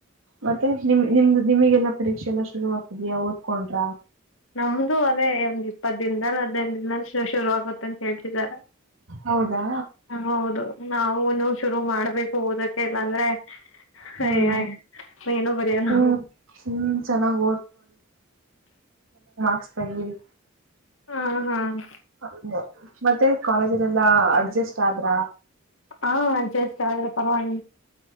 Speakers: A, on the right; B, on the left.
A: ಮತ್ತೆ ನಿಮ್ ನಿಮ್ದ ನಿಮಗೆಲ್ಲಾ ಪರೀಕ್ಷೆ ಎಲ್ಲ ಶುರು ಆಗ್ತಿದಯಾ ಓದ್ಕೊಂಡ್ರ.
B: ನಮ್ದು ಅದೇ ಒಂದ್ ಇಪ್ಪತ್ ದಿನದ್ಲ ಹದ್ನೈದ್ ದಿನ್ದಲ್ ಶ ಶುರು ಆಗುತ್ ತಂತ್ ಹೇಳ್ತಿದಾರ
A: ಹೌದಾ
B: ಹೌದು. ನಾವುನು ಶುರು ಮಾಡ್ಬೇಕ್. ಹೋದಕ್ಕೆ ಬಂದ್ರೆ
A: ಹ್ಮ್
B: ಅಯ್ ಅಯ್ ಏನು ಬರ್ಯಲ್ಲ.
A: ಹ್ಮ್ ಹ್ಮ್ ಚೆನ್ನಾಗ್ ರ್ಕ್ಸ್ ತೆಗೀರಿ.
B: ಹ್ಮ್ ಹ್ಮ್
A: ಹ ಮತ್ತೆ ಕಾಲೇಜ್ಲೆಲ್ಲ ಅಡ್ಜಸ್ಟ್ ಆದ್ರ.
B: ಹಾ ಅಜೆಸ್ಟ್ ಆದ್ರ ಪರ್ವೈ.